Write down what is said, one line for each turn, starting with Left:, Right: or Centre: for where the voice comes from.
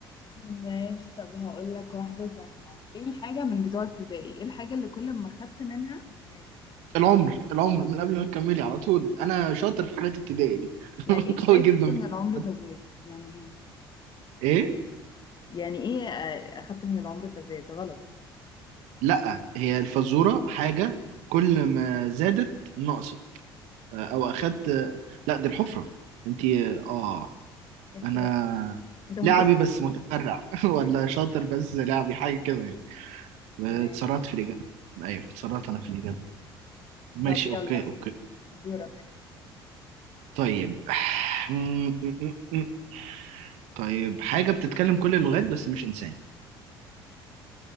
Left: ماشي طب هقول لك واحدة سهلة ايه الحاجة من بتوع ابتدائي ايه الحاجة اللي كل ما خدت منها زادت
Right: العمر العمر من قبل ما تكملي على طول انا شاطر في حاجات ابتدائي دي
Left: يعني
Right: <laughs>
Left: ازاي
Right: قوي جدا
Left: خدت من
Right: في
Left: العمر
Right: الحاجات.
Left: فزاد يعني ايه
Right: ايه
Left: يعني ايه آه، اخدت من العمر فزاد غلط
Right: لا هي الفزوره حاجه كل ما زادت نقصت او اخدت لا دي الحفره انت اه
Left: شفت
Right: انا
Left: بقى انت متسرع
Right: لعبي بس متفرع <laughs> ولا شاطر بس لعبي حاجه كده يعني اتسرعت
Left: ماشي
Right: في الاجابه ايوه اتسرعت انا في الاجابه ماشي
Left: طب يلا
Right: اوكي اوكي
Left: دورك
Right: طيب <sighs> طيب حاجه بتتكلم كل اللغات بس مش انسان